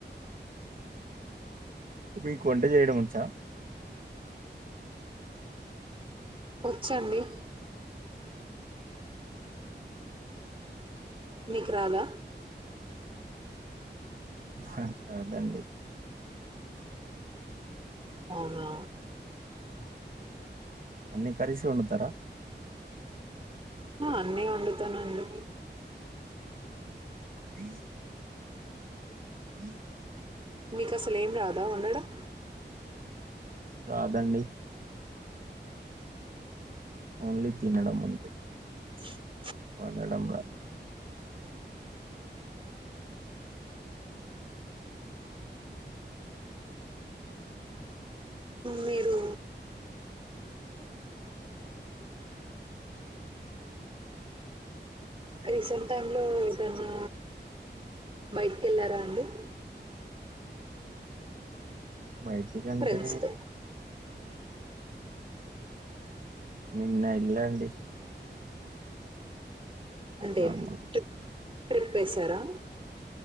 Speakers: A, on the right; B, on the right.
A: మీకు వంట చేయడం వచ్చా
B: వచ్చండి మీకు రాదా
A: హా రాదండి
B: అవునా
A: అన్ని కర్తీసు వాడుతారా
B: ఆ అన్నీ వండుతానండి
A: అ హ
B: మీకు అసలేం రాదా వండడం
A: రాదండి ఓన్లీ తినడం అంతే
B: <inaudible>
A: వండడం రాద్
B: మీరు రీసెంట్ టైమ్లో ఏదన్న బయటికి ఎళ్ళారా అండి.
A: బయటికంటే
B: ఫ్రెండ్స్ తో
A: నిన్న ఎల్లండి
B: అంటే
A: నార్మల్
B: ట్రిప్ ట్రిప్ వేశారా.